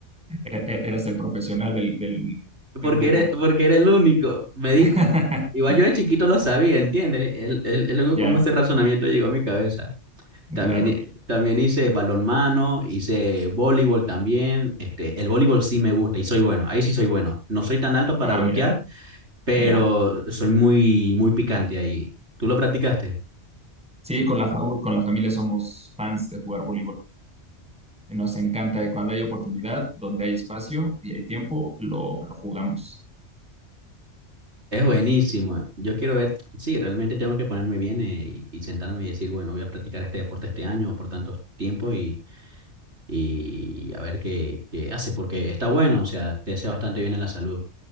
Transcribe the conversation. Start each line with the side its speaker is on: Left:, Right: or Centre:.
Centre: E- e- Eras el profesional del, del
Right: Porque
Centre: del grupo.
Right: era, porque era el único. Me di,
Centre: <laughs>
Right: cu- igual yo de chiquito lo sabía, ¿entiendes? El, el, el- luego
Centre: Ya,
Right: cómo ese razonamiento llegó a mi cabeza. También,
Centre: claro.
Right: hi- también hice balonmano, hice voleibol también. Este, el voleibol sí me gusta y soy bueno. Ahí sí soy bueno. No soy tan alto para
Centre: Ah,
Right: bloquear,
Centre: mira,
Right: pero
Centre: ya.
Right: soy muy, muy picante ahí. ¿Tú lo practicaste?
Centre: Sí, con la, fa- con la familia somos fans de jugar voleibol. Nos encanta y cuando hay oportunidad, donde hay espacio y hay tiempo, lo, lo jugamos.
Right: Es buenísimo. Yo quiero ver, sí, realmente tengo que ponerme bien eh, y, y sentarme y decir, bueno, voy a practicar este deporte este año o por tanto tiempo y, y a ver qué, qué hace, porque está bueno, o sea, te hace bastante bien a la salud